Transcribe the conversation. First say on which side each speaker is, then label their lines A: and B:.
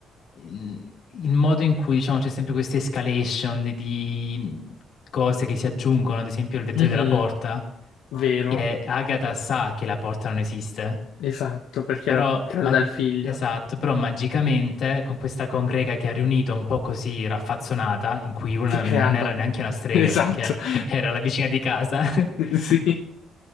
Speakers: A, on the left; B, on the left.
A: mm, il modo in cui diciamo c'è sempre questa escalation di, di cose che si aggiungono, ad esempio il dettaglio
B: Mhm,
A: della porta,
B: Vero,
A: che Agatha sa che la porta non esiste,
B: esatto, perché
A: però,
B: era creata
A: ma-
B: dal figlio.
A: esatto, però magicamente con questa congrega che ha riunito un po' così raffazzonata, in cui una
B: Si è creata,
A: non era neanche una
B: <laughs>
A: strega
B: esatto.
A: perché
B: <laughs>
A: <laughs> era la vicina di casa, <laughs> si
B: Sì,